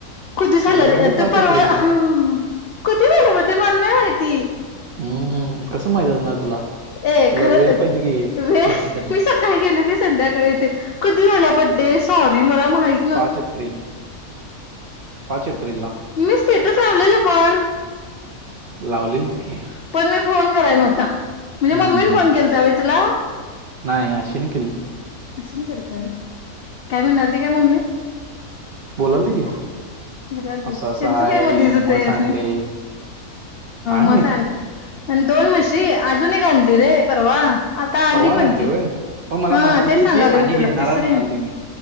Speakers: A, on the left; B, on the right.
A: कधी झालं
B: माझा
A: रे
B: बड्डे पाच
A: ते परवा
B: एप्रिलला
A: हा हा कधी झालं बडे ते मला नाही माहिती?
B: हम्म! कसं माहित असणार तुला.
A: ए
B: तुला
A: खरं
B: वेळ पाहिजे की
A: वे
B: बाकीच्यातन
A: मी सकाळी गेलो मी संध्याकाळी. कधी झाला बडे सॉरी मला माहि
B: पाच एप्रिल, पाच एप्रिलला.
A: मी स्टेटस लावलेल पण.
B: लावलेलीच की.
A: पण मी फोन करायलाव्हता, म्हणजे
B: हम्म
A: मम्मीने फोन केलाता होय तुला?
B: नाही अशीन केलती.
A: अशी न केलता होय. काय म्हणालती का मम्मी ‌?
B: बोलाल ती की.
A: <unintelligible> त्यांचं
B: असं असं हाय
A: काय मध्ये होतंय
B: म्हस
A: अस
B: आणले
A: नाही
B: काय
A: म
B: माहित
A: सां आणि दोन म्हशी अजूनही आणली रे परवा आता आली
B: परवा
A: पण
B: नाही आणली
A: ती.
B: होय पण मला
A: हा
B: म्हणाल
A: ते सांगाल
B: की आणि
A: मी तुला
B: घेणार
A: तिसरेते.
B: आहे म्हणाल ते मी